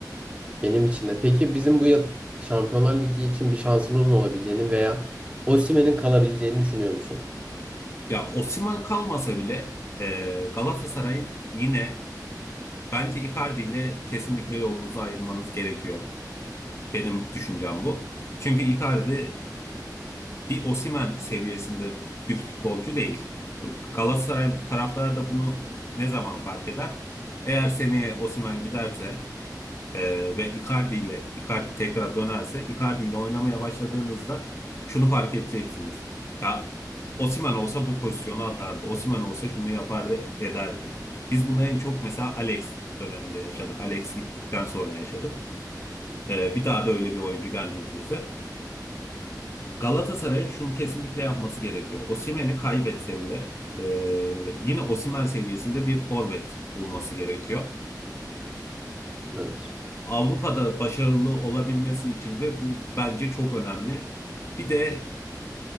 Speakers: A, on the right; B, on the left.
A: Benim için de. Peki bizim bu yıl Şampiyonlar Ligi için bir şansımızın olabileceğini veya Osimhen'in kalabileceğini düşünüyor musun?
B: Ya Osimhen kalmasa bile e, Galatasaray'ın yine bence Icardi ile kesinlikle yolunuzu ayırmanız gerekiyor. Benim düşüncem bu. Çünkü Icardi bir Osimhen seviyesinde bir futbolcu değil. Galatasaray taraftarı da bunu ne zaman fark eder? Eğer seneye Osimhen giderse ee, ve Icardi ile Icardi tekrar dönerse Icardi ile oynamaya başladığınızda şunu fark edeceksiniz. Ya Osimhen olsa bu pozisyonu atardı. Osimhen olsa şunu yapardı ederdi. Biz bunu en çok mesela Alex döneminde yaşadık. Alex gittikten sonra yaşadık.
A: Hı hı.
B: Ee, bir daha da öyle bir oyuncu gelmedi bize. Galatasaray'ın şunu kesinlikle yapması gerekiyor. Osimhen'i kaybetse bile e, yine Osimhen seviyesinde bir forvet bulması gerekiyor.
A: Evet.
B: Avrupa'da başarılı olabilmesi için de bu bence çok önemli. Bir de